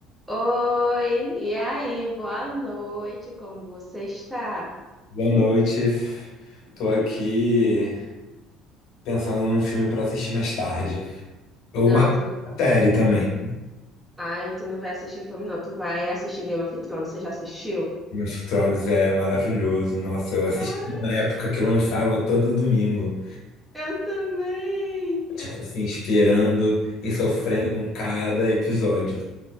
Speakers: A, in the centre; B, on the left.
A: Oi, e aí? Boa noite, como você está?
B: Boa noite. Tô aqui pensando num filme pra assistir mais tarde. Ou
A: Não,
B: uma
A: tu não...
B: série também.
A: Ai, tu não vai assistir filme, não. Tu vai assistir Game of Thrones. Você já assistiu?
B: Game of Thrones é maravilhoso. Nossa, eu assisti
A: Ah,
B: na época que lançava todo domingo.
A: eu também. Eu...
B: Tipo assim, esperando e sofrendo com cada episódio.